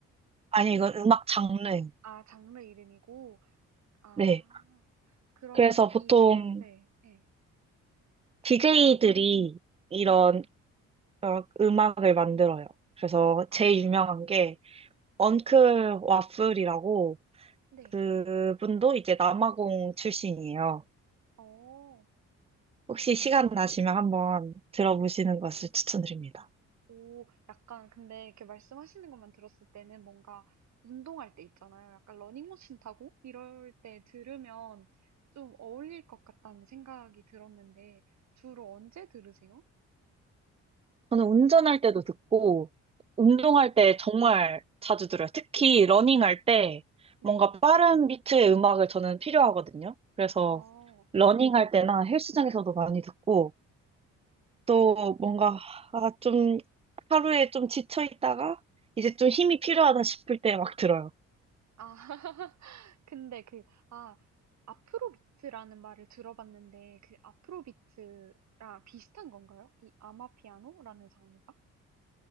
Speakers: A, on the right; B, on the right.
A: 아니, 이건 음악 장르.
B: 아 장르 이름이고. 아.
A: 네.
B: 그러면은
A: 그래서 보통
B: 이 장 네. 네,
A: DJ들이 이런
B: 네.
A: 음악, 음악을 만들어요. 그래서 제일
B: 아.
A: 유명한 게 언클 와플이라고
B: 네.
A: 그분도 이제 남아공 출신이에요.
B: 어.
A: 혹시 시간 나시면 한번 들어보시는 것을 추천드립니다.
B: 오 약간 근데 이렇게 말씀하시는 것만 들었을 때는 뭔가 운동할 때 있잖아요. 약간 러닝머신 타고 이럴 때 들으면 좀 어울릴 것 같다는 생각이 들었는데 주로 언제 들으세요?
A: 저는 운전할 때도 듣고, 운동할
B: 오,
A: 때 정말 자주 들어요. 특히 러닝할 때
B: 네.
A: 뭔가 빠른 비트의 음악을 저는 필요하거든요. 그래서
B: 어,
A: 러닝할 때나 헬스장에서도 많이 듣고, 또 뭔가 아, 좀 하루에 좀 지쳐 있다가 이제 좀 힘이 필요하다 싶을 때 막 들어요.
B: 아, <laughs> 근데 그, 아, 아프로비트라는 말을 들어봤는데, 그 아프로비트랑 비슷한 건가요? 이 아마피아노라는 장르가?